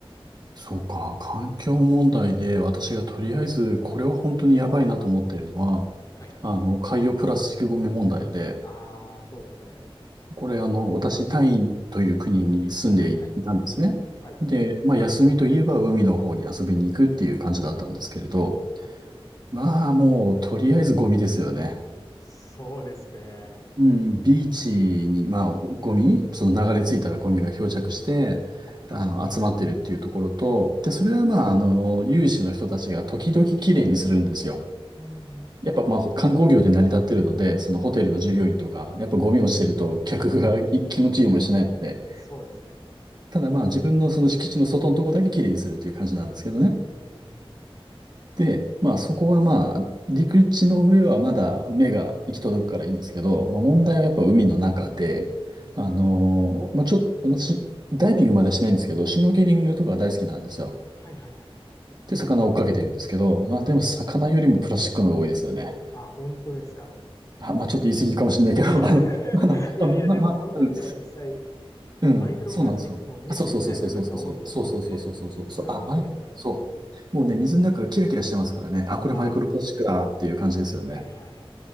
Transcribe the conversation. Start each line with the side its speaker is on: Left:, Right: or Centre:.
Right: そうか。環境問題で私がとりあえず、これは本当にやばいなと思ってるのは、
Left: はいはい。
Right: あの、海洋プラスチックゴミ問題で、
Left: ああ、そうですね。
Right: これ、あの、私、タイという国に住んでいたんですね。
Left: はいはい。はい。
Right: で、まあ、休みといえば海の方に遊びに行くっていう感じだったんですけれど、
Left: はいはい。
Right: まあ、もう、とりあえずゴミですよね。
Left: そうですね。
Right: うん、ビーチに、まあ、ゴミ、その流れ着いたらゴミが漂着して、
Left: はいはい。
Right: あの、集まってるっていうところと、で、それはまあ、あの、有志の人たちが時々きれいにするんですよ。
Left: うーん。
Right: やっぱまあ、
Left: はい。はい。
Right: 観光業で成り立ってるので、そのホテルの従業員とか、やっぱゴミ落ちてると客がい気持ちいい思いしないので、
Left: そうですね。
Right: ただまあ自分のその敷地の外のとこだけ綺麗にするっていう感じなんですけどね。
Left: うーん。はいはい。
Right: で、まあそこはまあ陸地の上はまだ目が行き届くからいいんですけど、まあ問題はやっぱ海の中で、
Left: うーん。
Right: あのーまあちょっと私、ダイビングまではしないんですけど、シュノーケリングとか大好きなんですよ。
Left: はいはいはい。
Right: で、魚を追っかけてるんですけど、まあでも魚よりもプラスチックの方が多いですよね。
Left: あ、本当ですか。
Right: あ、まあちょっと言い過ぎかもしれないけど、
Left: <laughs>
Right: <laughs> あの、あの、
Left: いやいや、
Right: まあ、
Left: でも本当にでも実際、
Right: まあ、まあ、うんうん、
Left: マイクロプラスチックも目に見えない部分が多いと思うんで、
Right: そうなんですよ。あ、そうそうそうそうそうそうそうそうそうそうそうそうそう、
Left: それも含めたら、
Right: あ、マイ、そう。もうね、水の中がキラキラしてますからね。あ、これマイクロプラスチックだっていう感じですよね。
Left: ああ、はいはいはい